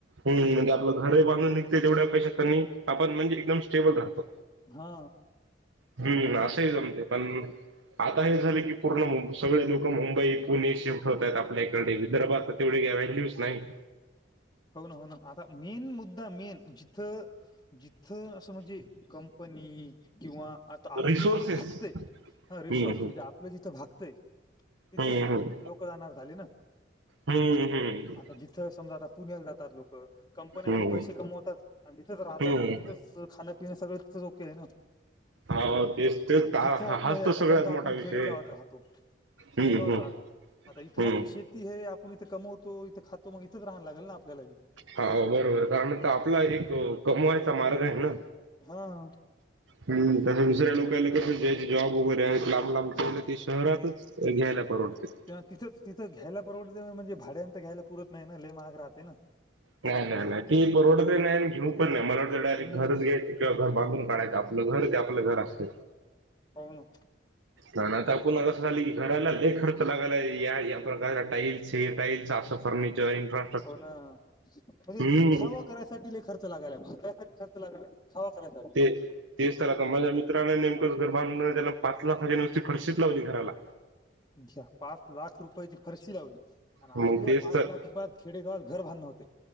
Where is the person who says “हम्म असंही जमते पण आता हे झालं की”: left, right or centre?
Right